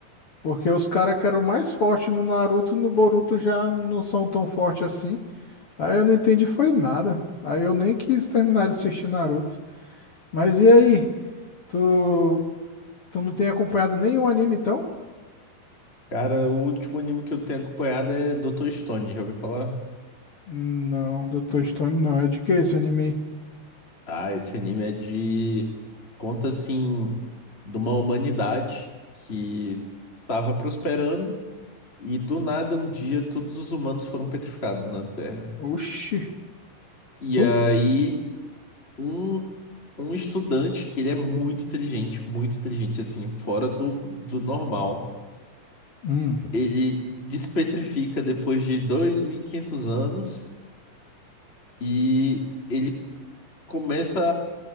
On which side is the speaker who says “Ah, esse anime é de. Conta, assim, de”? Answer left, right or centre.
Left